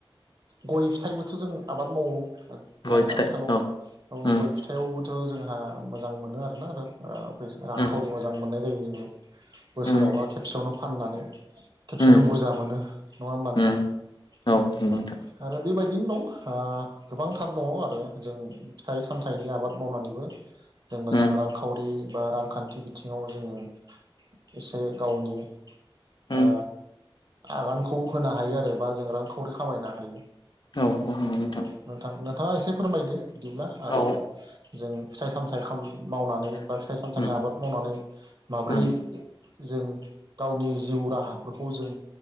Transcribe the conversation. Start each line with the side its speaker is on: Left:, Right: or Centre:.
Right: गय फिथाइबोथ' जों आबाद मावो
Left: गय
Right: दानि
Left: फिथाइ
Right: आथिखालाव
Left: औ
Right: गय
Left: उम
Right: फिथाइयाव खौथ' जोंहा मोजां मोनो आरोना आरो रांखरि
Left: उम
Right: मोजां मोननाय <inaudible> बोसोरावबा
Left: उम
Right: खेबसेयावनो फाननानै खेबसेयावनो
Left: उम
Right: बुरजा मोनो नङा होमबा नोंथां
Left: उम औ नंगौ नोंथां
Right: आरो बेबायदिनो दं ओ गोबांथार दङ आरो जों फिथाइ सामथाइनि आबाद मावनानैबो जों मोजां
Left: उम
Right: रांखावरि बा रांखान्थि बिथिङाव जोङो एसे गावनि ओ
Left: उम
Right: आगानखौ होनो हायो आरो बा जों रांखावरि खामायनो हायो
Left: औ औ नोंथां
Right: नंगौ नोंथांनो नोंथाङा एसे फोरमायदो बिदिब्ला आरो
Left: औ
Right: जों फिथाइ सामथाइ मावनानै बा फिथाइ सामथाइनि
Left: उम
Right: आबाद मावनानै माब्रै
Left: उम
Right: जों गावनि जिउ राहाफोरखौ जों